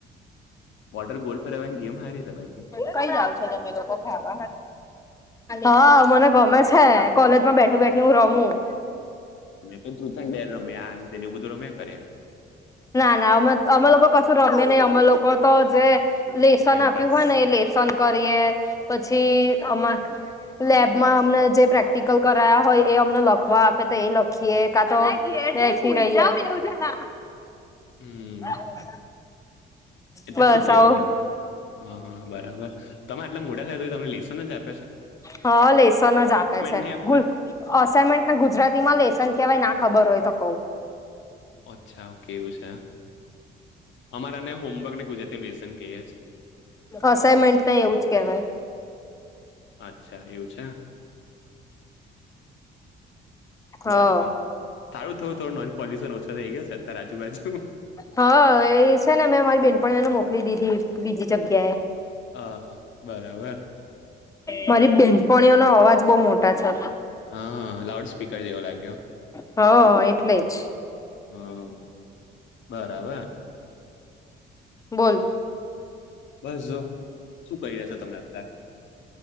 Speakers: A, on the left; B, on the left.
A: વોટર્ર ગોલ ફેરવાની ગેમ હારી તમારી
B: કઈ આવ છો તમે લોકો ખાવા હા મને ગમે છે કોલેજમાં બેઠી બેઠી હું રમું.
A: ટ્રૂથ એન્ડ ડેર રમ્યા આન તેને એવુ બધું રમ્યા કરે.
B: ના ના અમે અમે લોકો કશું રમે નહી અમલો લોકો તો જે લેસન
A: ટાઈમપાસ
B: આપ્યું હોય ને એ લેસન કરીએ પછી આમાં લેબમાં અમને જે પ્રેક્ટિકલ કરાયા હોય એ અમને લખવા આપે તો એ લખીએ. કા તો બેસી રહીએ.
A: હમ.
B: <inaudible>
A: એલે
B: બસ
A: શું કેવાય
B: આવું
A: હા બરાબર તમે આટલા મોટા થાય તો તમને લેસન જ આપ
B: હા લેસન જ આપે છે.
A: નહીં આપતા
B: અસાઇનમેન્ટને ગુજરાતી માં લેેશન કેવાય ના ખબર હોય તો કવું.
A: અચ્છા ઓકે એવું છે. અમારાને હોમવર્કને ગુજરાતીમાં લેસન કહીએ.
B: અસાઇનમેન્ટ ને એવું જ કેવાય
A: અચ્છા એવું છે.
B: હ
A: બરોબર સારું થયું થોડું નોન પોલ્યુશન ઓછો થઇ ગયો. છે અત્યારે આજુબાજુ
B: હા એ છે ને મેં મારી બેનપનીઓને મોકલી દીધી બીજી જગ્યા એ
A: હા બરાબર
B: મારી બેનપણીઓનો અવાજ બહ મોટા છે.
A: હા લાઉડ સ્પીકર જેવો લાગ્યો
B: હા એટલે જ.
A: હા બરાબર.
B: બોલ?
A: બસ જો શું કરી રહ્યા છો તમે અત્યારે